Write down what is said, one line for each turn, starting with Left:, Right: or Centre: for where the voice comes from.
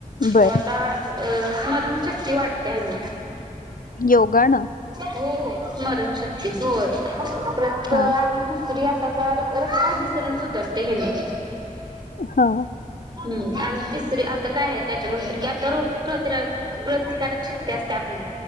Left: बर
Right: त आता अ स्मरणशक्ती वाढते ह्यन.
Left: योगा न
Right: हो हो स्मरणशक्ती होय परत आणि
Left: हा
Right: दुसरी कार रक्ता बिसरण सुधरते हे न.
Left: हा.
Right: आणि तिसरी आता काय आहे त्याच्यानंतर कि आता रोग प्रत प्रतिकारक शक्ती असते आपली.